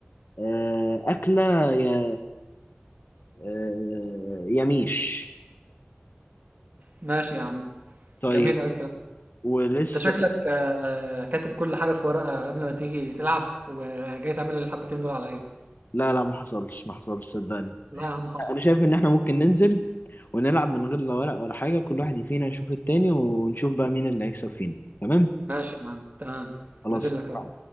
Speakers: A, on the left (about 55°); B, on the right (about 45°).
A: آه أكلة يا آه يميش
B: ماشي يا عم
A: طيب
B: جميل قوي الكلام ده.
A: ولسه
B: انت شكلك
A: إيه؟
B: آه، كاتب كل حاجه في ورقه قبل ما تيجي تلعب وجاي تعمل الحبتين دول عليا
A: لا لا ما حصلش ما حصلش صدقني
B: لا يا عم حصل
A: انا شايف ان احنا ممكن ننزل ونلعب من غير لا ورق ولا حاجه كل واحد فينا يشوف التاني ونشوف بقى مين اللي هيكسب فينا تمام
B: ماشي يا عم تمام
A: خلاص
B: نزل لك اهو